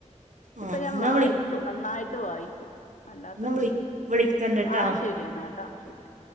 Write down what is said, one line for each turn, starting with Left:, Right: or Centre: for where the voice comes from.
Right: ആഹ്
Left: ഇപ്പൊ ഞാൻ
Right: എന്നാ
Left: വായി
Right: വിളി
Left: നന്നായിട്ട് വായിക്കും അല്ലാത്ത
Right: എന്നാ
Left: കതൊന്നുല്ല
Right: വിളി വിളിക്കണ്ട്ട്ടോ
Left: ആഹ് ശെരിയന്നാട്ടോ ശെരിയാ